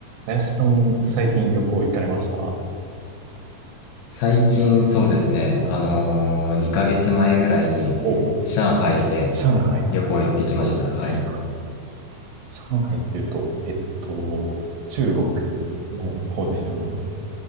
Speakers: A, on the right; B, on the left.
A: 林さん、最近旅行行かれました
B: 最近そうですね、あのー、2ヶ月前ぐらいに上海へ
A: お、上海。
B: 旅行行ってきました。
A: お、
B: はい。
A: すごい。上海っていうと、えっと、中国の方ですよね。